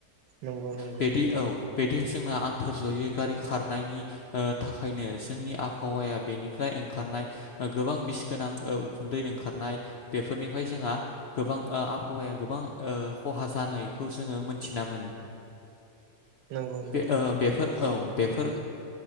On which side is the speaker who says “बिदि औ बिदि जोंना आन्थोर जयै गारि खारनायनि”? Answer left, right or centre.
Left